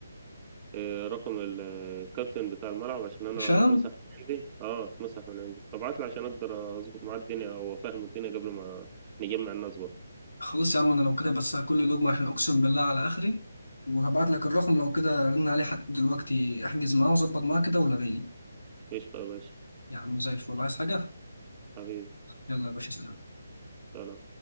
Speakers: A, on the right; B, on the left.
A: آه، رقم ال- الكابتن بتاع الملعب عشان أنا
B: هشام
A: اتمسح من عندي اه اتمسح من عندي ابعت لي عشان أقدر أظبط معاه الدنيا أو أفهمه الدنيا قبل ما نجمع الناس برضه
B: خلاص يا عم أنا لو كده بس هاكل لقمة عشان أقسم بالله على آخري وهبعت لك الرقم لو كده رن عليه حتى دلوقتي احجز معاه وظبط معاه كده ولا غيني
A: قشطة يا باشا
B: يا عم زي الفل عايز حاجة
A: حبيبي
B: يلا يا باشا سلام
A: سلام